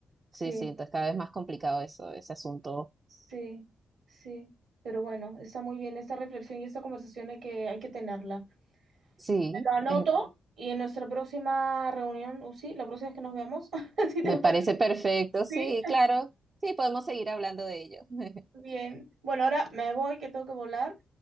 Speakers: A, on the right (about 80°); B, on the right (about 45°).
A: Sí,
B: Sí, sí, entonces cada vez más complicado eso, ese asunto.
A: sí, sí. Pero bueno, está muy bien esta reflexión y esta conversación hay que, hay que tenerla.
B: Sí,
A: Lo anoto
B: eh,
A: y en nuestra próxima reunión, o sí, la próxima vez que nos veamos, <laughs> si te
B: me
A: parece,
B: parece perfecto, sí,
A: sí.
B: claro. Sí, podemos seguir hablando de ello. <laughs>
A: Bien. Bueno, ahora me voy, que tengo que volar.